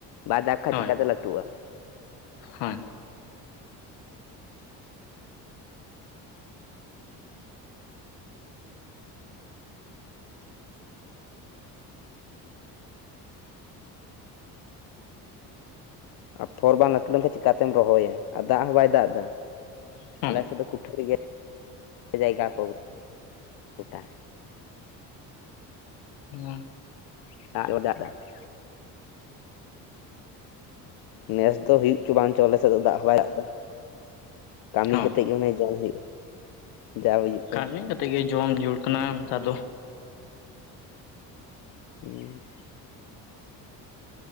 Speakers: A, on the left; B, on the left.
A: ᱵᱟᱭ ᱫᱟᱜ ᱠᱷᱟᱡ
B: ᱦᱳᱭ
A: ᱪᱤᱠᱟᱛᱮ ᱞᱟᱴᱩᱜ-ᱟ?
B: ᱦᱳᱭ
A: ᱟᱯᱷᱚᱨ ᱵᱟᱝ ᱞᱟᱹᱴᱩ ᱞᱮᱱᱠᱷᱟᱱ ᱪᱤᱠᱟᱛᱮᱢ ᱨᱚᱦᱚᱭᱟ? ᱟᱨ ᱫᱟᱜ ᱦᱚᱸ ᱵᱟᱭ ᱫᱟᱜ ᱮᱫᱟ
B: ᱦᱮᱸ
A: ᱟᱞᱮ ᱥᱮᱫ ᱫᱚ ᱠᱩᱴᱷᱟᱹ ᱨᱮᱜᱮ ᱡᱟᱭᱜᱟ ᱠᱚ᱾ ᱜᱚᱴᱟ
B: ᱦᱩᱸ
A: <unintelligible> ᱱᱮᱥ ᱫᱚ ᱦᱩᱭᱩᱜ ᱪᱚ ᱵᱟᱝ ᱪᱚ ᱟᱞᱮ ᱥᱮᱫ ᱫᱚ ᱫᱟᱜ ᱦᱚᱸ ᱵᱟᱭ ᱫᱟᱜ ᱮᱫᱟ ᱠᱟᱹᱢᱤ
B: ᱦᱚᱸ
A: ᱠᱟᱛᱮ ᱜᱮ ᱚᱱᱮ ᱡᱚᱢ ᱦᱩᱭᱩᱜᱼᱟ᱾ ᱡᱟ ᱦᱩᱭᱩᱜ ᱠᱟᱱᱟ
B: ᱠᱟᱹᱢᱤ ᱠᱟᱛᱮᱫ ᱜᱮ ᱡᱚᱢ ᱡᱩᱲ ᱠᱟᱱᱟ ᱱᱮᱛᱟᱨ ᱫᱚ
A: ᱦᱩᱸ